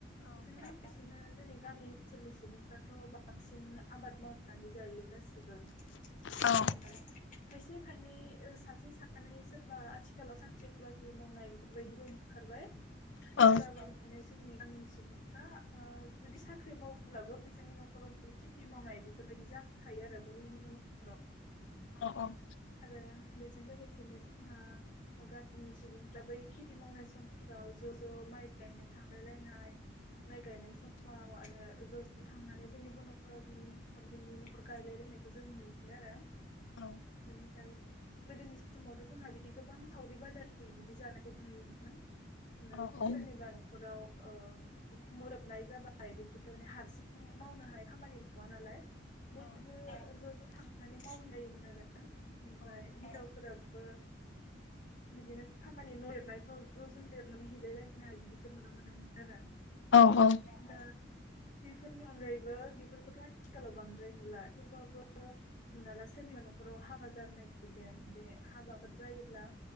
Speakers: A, on the left; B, on the left.
A: बेजों लोगोसेनो जोंनि गामि ओनसोलनि सुबुंफ्राथ'। बांसिन आबाद मावनानै जायो गासिबो ओमफ्राय।
B: औ
A: खायसे खायनै सासे सानै सोरबा आथिखालाव साख्रि बाख्रि मावनाय बेफोरबायदिबो। ओंखारबाय
B: औ
A: अब्लाबो आ <unintelligible> माने जोंनि गामिनि सुबुंफ्रा ओ जुदि साख्रि मावब्लाबो फैसानि न'खराव। माने खेथि मावनाय बेफोरबायदि जाखायो आरो बयनिबो न'खराव।
B: औ औ।
A: आरो बेजों लोगोसेनो जोंहा। गामिनि सुबुंफ्रा बै खेथि मावनाय समफ्राव ज' ज' माइ गायनो थांलायलायनाय। माइ गायनाय समाव आरो ज' ज' थांनानै बयनिबो न'खर। न'खराव बिनि न'खर बिनि न'खर गायलायलायनायखौ जों नुयो आरो।
B: औ।
A: बेनिफ्राय। गोदोनि समावथ' जोंहा बिदि गोबां सावरि बादालि बिदि जानायखौबो नुयोमोन। हमना
B: औ
A: ला सोरनिबा न'खराव। ओ उखुमोरोबनाय जाबाय बेखौथ' माने हारसिं मावनोहाय। खामानि नङा नालाय बयबो ज' ज' थांनानै मावहोलायोमोन आरो। ओमफ्राय हिनजावफोराबो। बिदिनो खामानि न' लिरनायफ्राव ज' ज' लिरनानै हेलायलायनाय बिदिखौ नुनो मोनोमोन आरो आं।
B: औ औ।
A: दा बेफोरनि अनगायैबो। बेफोरखौथ' आथिखालाव बांद्राय नुला थेवबाबो। हमना ला सोरनिबा न'खराव हाबा जानो नागिरदों बे हाबाफोर जायोब्ला।